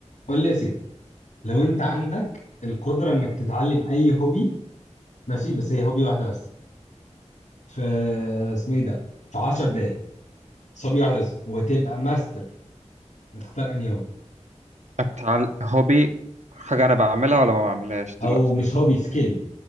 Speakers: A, on the left; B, on the right.
A: قول لي يا سيدي لو انت عندك القدره انك تتعلم اي هوبي ماشي بس هي هوبي واحده بس في اسمه ايه ده في 10 دقايق بس هوبي واحده بس وهتبقى ماستر هتختار انهي هوبي
B: أتعل... هوبي حاجة أنا بعملها ولا ما بعملهاش
A: او
B: دلوقتي
A: مش هوبي سكيل